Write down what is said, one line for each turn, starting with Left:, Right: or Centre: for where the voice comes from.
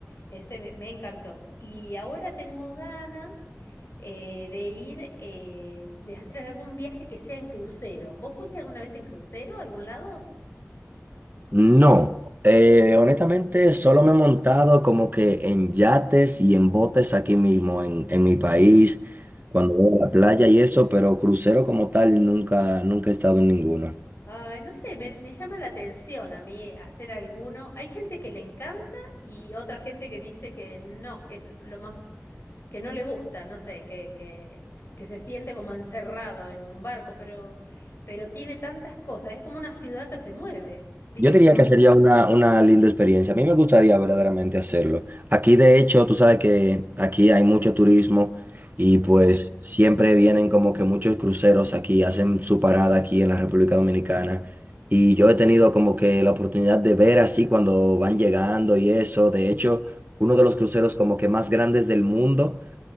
Left: Ese me, me encantó. Y ahora tengo ganas eh, de ir, eh, de hacer algún viaje que sea en crucero. ¿Vos fuiste alguna vez en crucero a algún lado?
Right: No, eh, honestamente solo me he montado como que en yates y en botes aquí mismo en, en mi país, cuando voy a la playa y eso, pero crucero como tal nunca, nunca he estado en ninguno.
Left: Ay, no sé, me, me llama la atención a mí hacer alguno. Hay gente que le encanta y otra gente que dice que no, que es lo más, que no le gusta, no sé, que, que, que se siente como encerrado en un barco, pero, pero tiene tantas cosas, es como una ciudad que se mueve, viste
Right: Yo diría
Left: que son.
Right: que sería una, una linda experiencia. A mí me gustaría verdaderamente hacerlo. Aquí, de hecho, tú sabes que aquí hay mucho turismo y
Left: Sí.
Right: pues siempre vienen como que muchos cruceros aquí, hacen su parada aquí en la República Dominicana. Y yo he tenido como que la oportunidad de ver así cuando van llegando y eso. De hecho, uno de los cruceros como que más grandes del mundo.